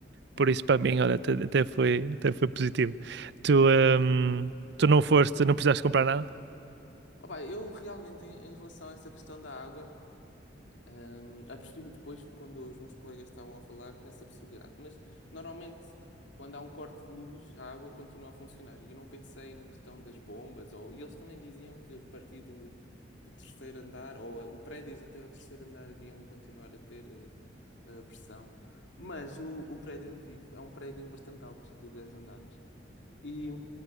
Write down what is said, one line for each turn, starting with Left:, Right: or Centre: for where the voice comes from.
Right: Por
Left: uhum.
Right: isso para mim, olha, até, até foi, até foi positivo. Tu, ehm, tu não foste, não precisaste comprar nada?
Left: Opa, eu realmente, em, em relação a essa questão da água. Hum, apercebi-me depois quando os meus colegas estavam a falar nessa possibilidade. Mas normalmente, quando há um corte de luz, a água continua a funcionar. E eu não pensei na questão das bombas. Ou... E eles também diziam que a partir do, do terceiro andar, ou eh, o prédios até ao terceiro andar, iriam continuar a ter eh, eh, pressão. Mas o, o prédio onde vivo é um prédio bastante alto, de 10 andares e,